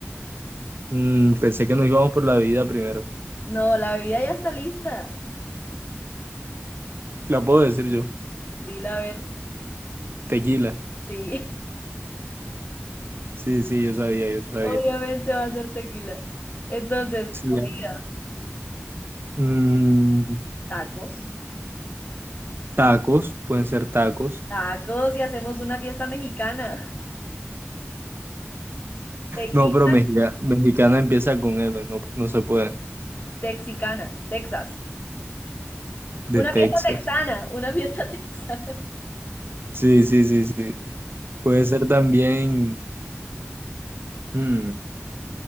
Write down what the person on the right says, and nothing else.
Mm, pensé que nos íbamos por la bebida primero.
La puedo decir yo.
Tequila.
Sí, sí, yo sabía, yo sabía.
Sí,
ya. Mm,
tacos, pueden ser tacos.
No, pero mexica- mexicana empieza con M, no, no se puede.
De
Texas.
Sí, sí, sí, sí. Puede ser también. mm,